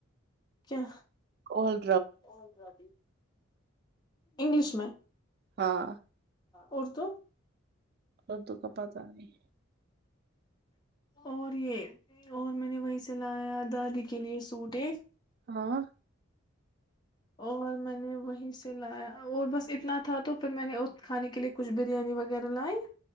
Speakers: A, on the left; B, on the right.
A: کیا
B: اور
A: اور رابھی انگلش میں
B: ہاں
A: اردو
B: اد کا پت نہیں
A: اور یہ اور میں نے وہی سے بنایا دادی کے لیے سوٹ ایک
B: ہاں
A: اور میں نے وہیں سے لایا اور بس اتنا تھا تو پھر میں نے اس کھانے کے لیے کچھ بریانی وغیرہ لائی